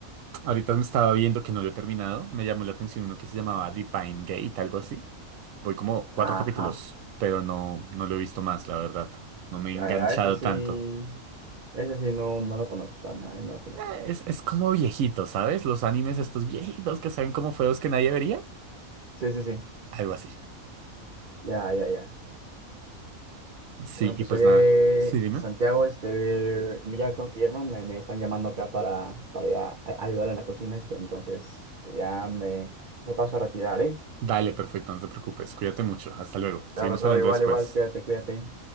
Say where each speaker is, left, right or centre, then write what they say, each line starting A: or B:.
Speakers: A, on the right; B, on the right.
A: ahorita me estaba viendo que no lo he terminado. Me llamó la atención uno que se llamaba Divine Gate, algo así. Voy como cuatro
B: Ajá,
A: capítulos, pero no, no lo he visto más, la verdad. No me
B: ya,
A: he enganchado
B: ya, ese sí,
A: tanto.
B: ese sí no, no lo conozco para nada, no lo conozco
A: Eh,
B: para nada.
A: Es, es como viejito, ¿sabes? Los animes estos viejitos que saben como feos que nadie vería.
B: Sí, sí, sí,
A: Algo así.
B: ya, ya, ya.
A: Sí,
B: Bueno, pues
A: y pues
B: oye,
A: nada. Sí, dime.
B: Santiago, este, mira, me tengo que ir, ¿no? Me, me están llamando acá para, para ir a- a ayudar en la cocina, este, entonces pues ya me, me paso a retirar, ¿eh?
A: Dale, perfecto, no te preocupes. Cuídate mucho. Hasta luego.
B: Claro,
A: Seguimos
B: claro,
A: hablando
B: igual,
A: después.
B: igual, cuídate, cuídate.